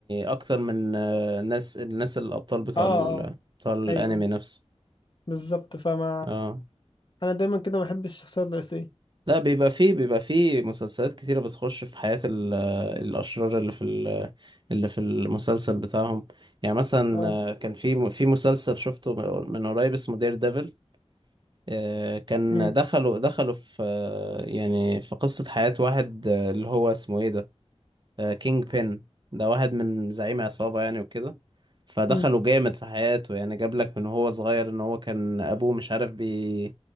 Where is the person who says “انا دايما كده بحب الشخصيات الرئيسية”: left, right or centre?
Left